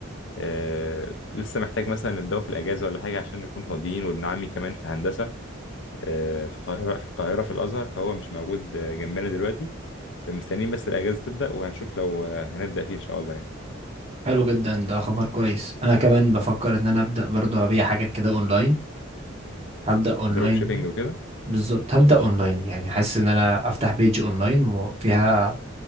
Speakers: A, on the left; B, on the right.
A: آه، لسه محتاج مثلا نبدأه في الأجازة ولا حاجة عشان نكون فاضيين وابن عمي كمان في هندسة آه، في القاهرة في القاهرة في الأزهر فهو مش موجود آه، جنبنا دلوقتي فمستنيين بس الأجازة تبدأ وهنشوف لو آه، هنبدأ فيه إن شاء الله يعني
B: حلو جدا ده خبر كويس أنا كمان بفكر إن أنا أبدأ برضه أبيع حاجات كده أونلاين هبدأ أونلاين
A: دروب شيبينج وكده
B: بالظبط هبدأ أونلاين يعني حاسس إن أنا أفتح بيج أونلاين وفيها